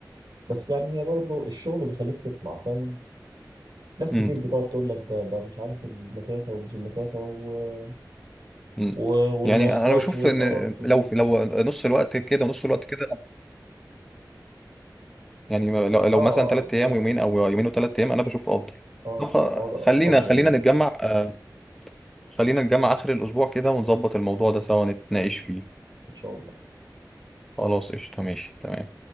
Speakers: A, on the right (about 85°); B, in the centre.
A: بس يعني هي برضه الشغل بيخليك تطلع فاهم ناس
B: امم
A: كتير بتقعد تقول لك ده ده مش عارف المسافة ومش المسافة و...
B: امم
A: و... والمواصلات
B: يعني انا بشوف
A: والقرف
B: ان
A: وال...
B: لو لو نص الوقت كده ونص الوقت كده يعني ما- لو لو
A: اه اه
B: مثلا ثلاث
A: ما
B: ايام
A: هو
B: ويومين او يومين وثلاث ايام انا بشوف افضل
A: اه
B: طب خ-
A: ما هو ده
B: خلينا
A: أفضل
B: خلينا
A: يعني
B: نتجمع آه، خلينا نتجمع اخر الاسبوع كده ونظبط الموضوع ده سوا نتناقش فيه
A: إن شاء الله
B: خلاص قشطة ماشي تمام